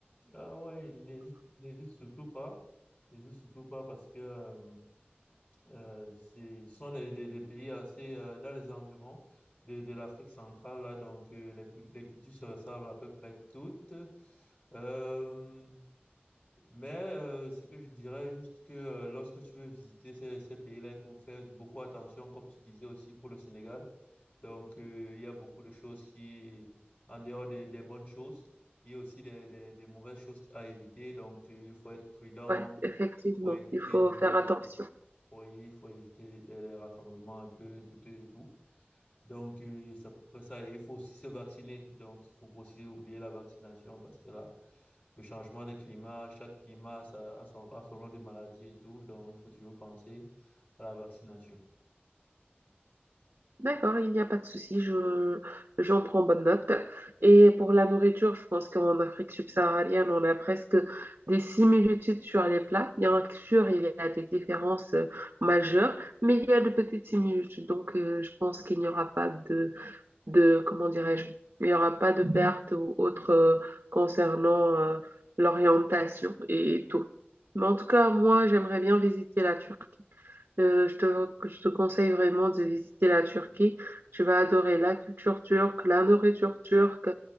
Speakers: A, on the left; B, on the right.
A: Ah oui, n'hésite n'hésite surtout pas. N'hésite surtout pas parce que euh, euh, c'est- ce sont des, des- des pays assez euh, dans les environs de, de l'Afrique centrale, là, donc euh, les, cou- les cultures se ressemblent à peu près toutes. Euh, Mais euh, ce que je dirais juste que euh, lorsque tu veux visiter ces, ces pays-là, il faut faire beaucoup attention, comme tu disais aussi pour le Sénégal. Donc, euh, il y a beaucoup de choses qui, en dehors des, des bonnes choses, il y a aussi des, des- des mauvaises choses à éviter. Donc, euh, il faut être prudent,
B: Ouais, effectivement,
A: il faut éviter
B: il faut
A: de,
B: faire attention.
A: oui, il faut éviter les, les rassemblements un peu douteux et tout. Donc, euh, c'est à peu près ça. Et il faut aussi se vacciner. Donc, il faut aussi oublier la vaccination parce que là, le changement des climats, chaque climat a, sa- a son, a son lot de maladies et tout, donc il faut toujours penser à la vaccination.
B: D'accord, il n'y a pas de souci, je, j'en prends bonne note. Et pour la nourriture, je pense qu'en Afrique subsaharienne, on a presque des similitudes sur les plats. Bien sûr, il y a des différences euh, majeures, mais il y a de petites similitudes. Donc, euh, je pense qu'il n'y aura pas de, de, comment dirais-je, il n'y aura pas de perte ou autre euh, concernant euh, l'orientation et tout. Mais en tout cas, moi, j'aimerais bien visiter la Turquie. Euh, je te, je te conseille vraiment de visiter la Turquie. Tu vas adorer la culture turque, la nourriture turque.